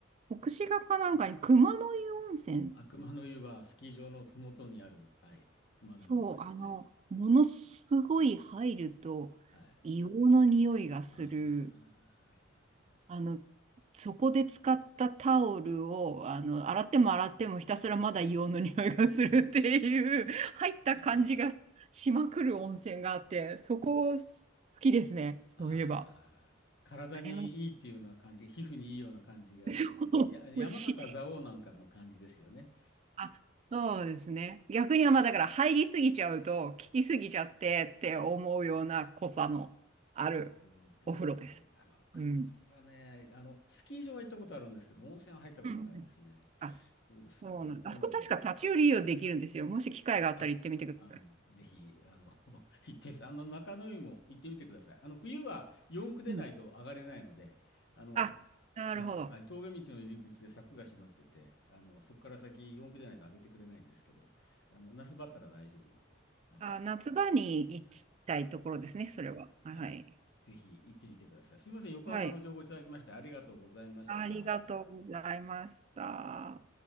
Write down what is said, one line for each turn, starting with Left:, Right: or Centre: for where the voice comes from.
Right: 奥志賀かなんかに熊の湯温泉。
Left: あ、熊の湯はスキー場のふもとにある、はい、熊の湯温泉。
Right: そう、あの、
Left: はい。
Right: ものすごい入ると硫黄の匂いがする。
Left: はい。ああ、はいはい。
Right: あの、そこで使ったタオルを、あの、洗っても洗ってもひたすらまだ硫黄の匂いがするっていう、<laughs> 入った感じがしまくる温泉があって、
Left: はい。
Right: そこ好きですね。そういえば。
Left: ああ、体にいいっていうような感じ、
Right: あれは、
Left: 皮膚にいいような感じが、
Right: そう、
Left: いや、山形蔵王なんかの感じですよね。
Right: もうし、あ、そうですね。逆にはまあだから入りすぎちゃうと、効きすぎちゃってって思うような濃さのある
Left: そうですね。
Right: お風呂です。
Left: あの、熊野湯はね、
Right: うん。
Left: あの、スキー場は行ったことあるんですけど、温泉は入ったことないですね。
Right: うん。あ
Left: そうですか。
Right: そうなんあそこ確か立ち寄り利用できるんですよ。
Left: じゃあ今度、
Right: もし機会があったら行ってみてください。
Left: あ、あ、ぜひ、あの、<laughs> 行ってみて、あの、中野湯も行ってみてください。あの、冬は四駆でないと上がれないので、
Right: うん。
Left: あの、
Right: あ、なるほど。
Left: ええはい、峠道の入り口で柵が閉まってて、あの、そこから先四駆でないと上げてくれないんですけど、あの、那須だったら大丈夫なんで、あの、
Right: あ、夏場に行きたいところですね、
Left: はい。はい
Right: それは。はい。
Left: はい。ぜひ行ってみてください。すみません。横浜の情報いただきましてありがとうございました。
Right: はい。ありがとうございました。